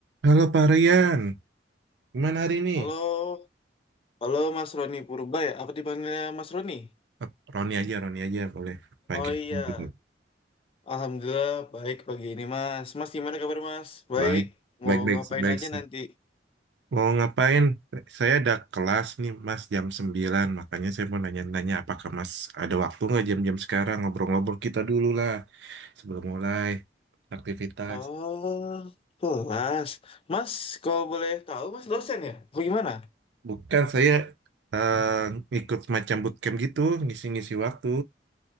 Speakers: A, on the right; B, on the left.
A: Halo Pak Rian, gimana hari ini?
B: Halo, halo Mas Roni Purba ya? Apa dipanggilnya Mas Roni?
A: Eh, Roni aja, Roni aja boleh. Panggil
B: Oh iya,
A: nama juga.
B: Alhamdulillah baik pagi ini Mas. Mas gimana kabar Mas?
A: Baik,
B: Baik,
A: baik,
B: mau
A: baik,
B: ngapain
A: baik.
B: aja nanti?
A: Mau ngapain? Saya ada kelas nih Mas jam 9, makanya saya mau nanya-nanya apakah Mas ada waktu nggak jam-jam sekarang ngobrol-ngobrol kita dulu lah sebelum mulai aktivitas.
B: Oh, kelas. Mas, kalau boleh tahu Mas dosen ya? Apa gimana?
A: Bukan saya eh, ikut macam bootcamp gitu, ngisi-ngisi waktu.